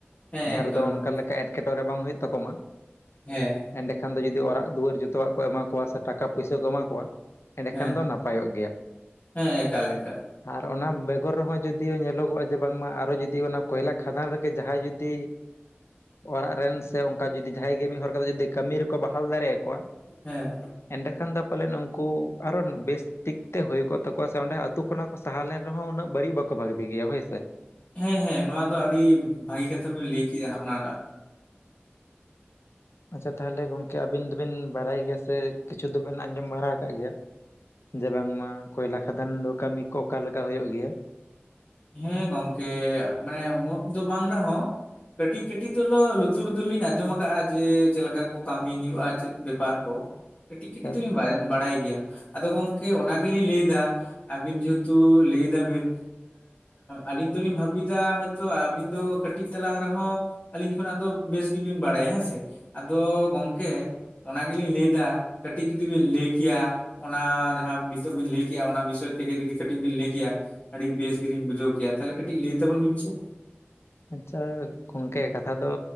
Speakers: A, on the left (about 40°); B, on the left (about 80°).
A: ᱦᱮᱸ
B: ᱡᱟᱦᱟᱸ
A: ᱮᱠᱫᱚᱢ
B: ᱨᱮᱫᱚ ᱚᱱᱠᱟ
A: ᱮᱠᱫᱚᱢ
B: ᱞᱮᱠᱟ ᱮᱸᱴᱠᱮᱴᱚᱬᱮ ᱵᱟᱝ ᱦᱩᱭᱩᱜ ᱛᱟᱠ ᱢᱟ
A: ᱦᱮᱸ
B: ᱮᱸᱰᱮᱠᱷᱟᱱ ᱫᱚ ᱡᱩᱫᱤ ᱚᱲᱟᱜ ᱫᱩᱣᱟᱹᱨ ᱡᱚᱛᱚᱣᱟᱜ ᱠᱚ ᱮᱢᱟ ᱠᱚᱣᱟ ᱥᱮ ᱴᱟᱠᱟ ᱯᱩᱭᱥᱟᱹ ᱠᱚ ᱮᱢᱟ ᱠᱚᱣᱟ᱾ ᱮᱸᱰᱮᱠᱷᱟᱱ
A: ᱦᱮᱸ
B: ᱫᱚ ᱱᱟᱯᱟᱭᱚᱜ ᱜᱮᱭᱟ
A: ᱦᱮᱸ ᱮᱠᱟᱞ ᱮᱠᱟᱞ
B: ᱟᱨ ᱚᱱᱟᱵᱮᱜ ᱚᱨ ᱨᱮᱦᱚᱸ ᱡᱩᱫᱤ ᱧᱮᱞᱚᱜᱚᱜᱼᱟ ᱡᱮ ᱵᱟᱝᱢᱟ ᱟᱨᱚ ᱡᱩᱫᱤ ᱚᱱᱟ ᱠᱚᱭᱞᱟ ᱠᱷᱟᱫᱟᱱ ᱨᱮᱜᱮ ᱡᱟᱦᱟᱸᱭ ᱡᱩᱫᱤ᱾ ᱚᱲᱟᱜ ᱨᱮᱱ ᱥᱮ ᱚᱱᱠᱟ ᱡᱩᱫᱤ ᱡᱟᱦᱟᱸᱭ ᱜᱮ ᱢᱤᱫ ᱦᱚᱲ ᱠᱟᱛᱮ ᱡᱩᱫᱤ ᱠᱟᱹᱢᱤ ᱨᱮᱠᱚ ᱵᱟᱦᱟᱞ ᱫᱟᱲᱮᱭᱟᱠᱚᱣᱟ᱾
A: ᱦᱮᱸ
B: ᱮᱸᱰᱮᱠᱷᱟᱱ ᱫᱚ ᱯᱟᱞᱮᱱ ᱱᱩᱝᱠᱩ ᱟᱨᱚ ᱵᱮᱥ᱾ ᱴᱷᱤᱠᱛᱮ ᱦᱩᱭ ᱠᱚᱜ ᱛᱟᱠᱚᱣᱟ ᱥᱮ ᱚᱸᱰᱮ ᱟᱛᱳ ᱠᱷᱚᱱᱟᱜ ᱠᱚ ᱥᱟᱦᱟ ᱞᱮᱱ ᱨᱮᱦᱚᱸ ᱩᱱᱟᱹᱜ ᱵᱟᱹᱲᱤᱡ ᱵᱟᱠᱚ ᱵᱷᱟᱹᱜᱤ ᱜᱮᱭᱟ ᱦᱳᱭ ᱥᱮ᱾
A: ᱦᱮᱸ ᱦᱮᱸ ᱱᱚᱣᱟ ᱫᱚ ᱟᱹᱰᱤ ᱵᱷᱟᱹᱜᱤ ᱠᱟᱛᱷᱟ ᱵᱮᱤᱱ ᱞᱟᱹᱭᱠᱟᱜ ᱱᱚᱼᱚ ᱱᱚᱱᱟᱣᱟᱴᱟ᱾
B: ᱟᱪᱪᱷᱟ ᱛᱟᱦᱚᱞᱮ ᱜᱚᱝᱠᱮ ᱟᱵᱤᱱ ᱫᱚᱵᱤᱱ ᱵᱟᱲᱟᱭ ᱜᱮᱭᱟ ᱥᱮ ᱠᱤᱪᱷᱩ ᱫᱚᱵᱤᱱ ᱟᱸᱡᱚᱢ ᱵᱟᱲᱟ ᱟᱠᱟᱫ ᱜᱮᱭᱟ᱾ ᱡᱮ ᱵᱟᱝᱢᱟ ᱠᱚᱭᱞᱟ ᱠᱷᱟᱫᱟᱱ ᱫᱚ ᱠᱟᱹᱢᱤ ᱠᱚ ᱚᱠᱟᱞ ᱞᱮᱠᱟ ᱦᱩᱭᱩᱜ ᱜᱮᱭᱟ᱾
A: ᱦᱮᱸ ᱜᱚᱝᱠᱮ ᱢᱟᱱᱮ ᱩᱱᱟᱹᱜ ᱫᱚ ᱵᱟᱝ ᱨᱮᱦᱚᱸ᱾ ᱠᱟᱹᱴᱤᱡ ᱠᱟᱹᱴᱤᱡ ᱫᱚᱞᱚ ᱞᱩᱛᱩᱨ ᱫᱚᱞᱤᱧ ᱟᱸᱡᱚᱢ ᱟᱠᱟᱫᱼᱟ ᱡᱮ ᱪᱮᱫ ᱞᱮᱠᱟ ᱠᱚ ᱠᱟᱹᱢᱤ ᱦᱩᱭᱩᱜᱼᱟ ᱪᱮᱫ ᱵᱮᱯᱟᱨ᱾ ᱠᱚ ᱠᱟᱹᱴᱤᱡ
B: ᱟᱪᱪᱷᱟ
A: ᱠᱟᱹᱴᱤᱡ ᱫᱚᱞᱤᱧ ᱵᱟᱲᱟᱭ ᱜᱮᱭᱟ᱾ ᱟᱫᱚ ᱜᱚᱝᱠᱮ ᱚᱱᱟ ᱜᱮᱞᱤᱧ ᱞᱟᱹᱭ ᱮᱫᱟ ᱟᱵᱤᱱ ᱡᱮᱦᱮᱛᱩ ᱞᱟᱹᱭ ᱫᱟᱵᱤᱱ᱾ ᱟᱹᱞᱤᱧ ᱫᱚᱞᱤᱧ ᱵᱷᱟᱹᱵᱤᱭᱟ ᱦᱚᱭᱛᱳ ᱟᱹᱵᱤᱱ ᱫᱚ ᱠᱟᱹᱴᱤᱡ ᱛᱟᱞᱟᱝ ᱨᱮᱦᱚᱸ᱾ ᱟᱹᱞᱤᱧ ᱠᱷᱚᱱᱟᱜ ᱫᱚ ᱵᱮᱥ ᱜᱮᱵᱤᱱ ᱵᱟᱲᱟᱭᱟ ᱦᱮᱸ ᱥᱮ ᱟᱫᱚ ᱜᱚᱝᱠᱮ᱾ ᱚᱱᱟ ᱜᱮᱞᱤᱧ ᱞᱟᱹᱭᱫᱟ ᱠᱟᱹᱴᱤᱡ ᱡᱩᱫᱤ ᱵᱤᱱ ᱞᱟᱹᱭ ᱠᱮᱭᱟ᱾ ᱚᱱᱟ ᱡᱟᱦᱟᱸ ᱱᱤᱛᱚᱜ ᱵᱤᱱ ᱞᱟᱹᱭ ᱠᱮᱭᱟ ᱚᱱᱟ ᱵᱤᱥᱚᱭ ᱛᱮᱜᱮ ᱡᱩᱫᱤ ᱠᱟᱹᱴᱤᱡ ᱵᱤᱱ ᱞᱟᱹᱭ ᱠᱮᱭᱟ᱾ ᱟᱹᱰᱤ ᱵᱮᱥ ᱜᱮᱞᱤᱧ ᱵᱩᱡᱷᱟᱹᱣ ᱠᱮ ᱛᱟᱦᱚᱞᱮ ᱠᱟᱹᱴᱤᱡ ᱞᱟᱹᱭ ᱛᱟᱵᱚᱱ ᱵᱤᱱ ᱥᱮ᱾
B: ᱟᱪᱪᱷᱟ ᱜᱚᱝᱠᱮ ᱠᱟᱛᱷᱟ ᱫᱚ